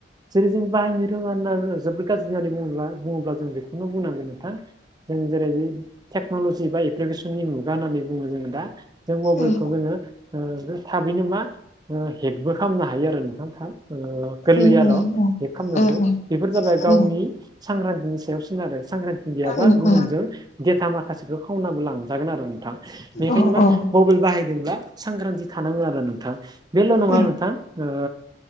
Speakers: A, on the right; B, on the left.
A: जेरै जों बायनो रोङा <unintelligible> जोबोद गाज्रि होननानै बुङोब्ला बुङोब्ला जों बेखौनो बुंनांगोन नोंथां जों जेरै बे टेक्न'ल'जि बा ए प्लिकेसननि मुगा होननानै बुङो जोङो दा जों मबाइलखौ
B: उम
A: जोङो थाबैनो मा हेकबो खालामनो हायो आरो नोंथां थाब। गोरलै
B: उम उम
A: आरो
B: उम
A: बे खालामनोबो।
B: उम
A: बेफोर जाबाय गावनि
B: उम उम
A: सांग्रांथिनि सायाव सोनारो सांग्रांथि गैयाबा
B: उम
A: गुबुनजों
B: उम
A: डेटा माखासेखौ खावनाबो लांजागोन आरो नोंथां। बेखायनो
B: औ
A: मा
B: औ
A: म बेल बाहायदोंब्ला सांग्रांथि थानांगोन आरो नोंथां। बेल' नङा
B: उम
A: नोंथां ओ